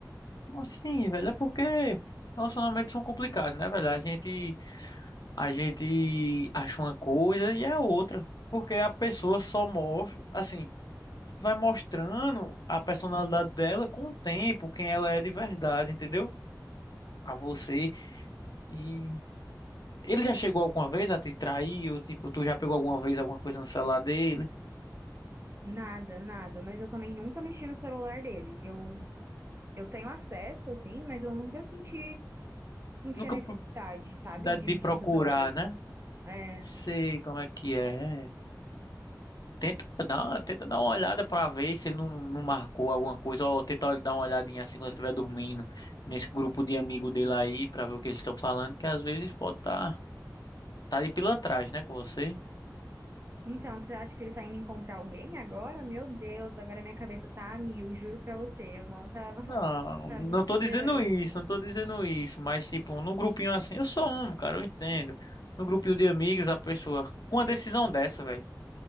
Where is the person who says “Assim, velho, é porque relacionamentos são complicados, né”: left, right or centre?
Left